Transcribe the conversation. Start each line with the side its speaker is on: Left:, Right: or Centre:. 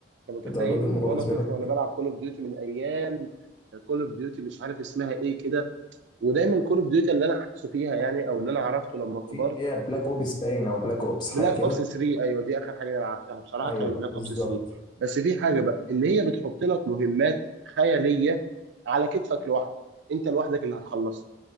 Right: انت متخيل
Left: الدرجات دي الموضوع
Right: من وانا
Left: بالنسبه
Right: طفل
Left: لك
Right: وانا بلعب كول اوف ديوتي من ايام كول اوف ديوتي مش عارف اسمها ايه كده ودايما كول اوف ديوتي اللي انا حاسه فيها يعني او اللي انا عرفته لما كبرت
Left: في اللي هي بلاك اوبس باين او بلاك اوبس حاجه
Right: بلاك
Left: كده
Right: اوبس 3 ايوه دي اخر حاجه انا لعبتها بصراحه
Left: ايوه
Right: كانت بلاك
Left: بالظبط
Right: اوبس 3 بس في حاجه بقى ان هي بتحط لك مهمات خياليه على كتفك لوحدك انت لوحدك اللي هتخلصها